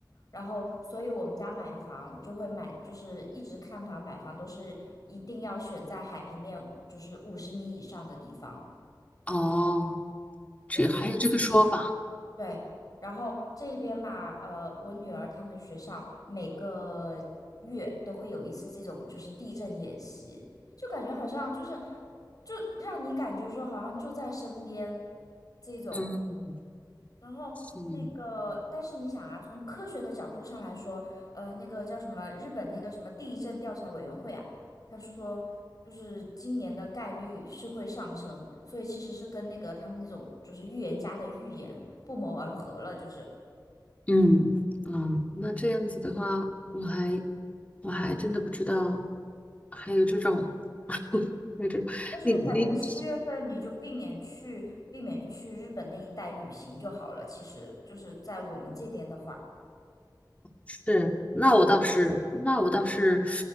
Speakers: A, on the left; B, on the left.
A: 然后，所以我们家买房就会买，就是一直看房买房都是一定要选在海平面就是五十米以上的地方。
B: 哦，这还有这个说法，
A: 对，所以对，然后这一边吧，呃，我女儿他们学校每个月都会有一次这种就是地震演习，就感觉好像就是就让你感觉说好像就在身边这种。
B: 嗯
A: 然后那个，
B: 嗯。
A: 但是你想啊，从科学的角度上来说，呃，那个叫什么日本那个什么地震调查委员会啊，他说就是今年的概率是会上升，所以其实是跟那个他们那种就是预言家的预言不谋而合了，就是。
B: 嗯，啊，那这样子的话，我还我还真的不知道还有这种，<laughs> 有这种，
A: 但是反正七月份你就避免去避免去日本那一带旅行就好了，
B: 你你你
A: 其实就是在我们这边的话。
B: 是，那我倒是，那我倒是，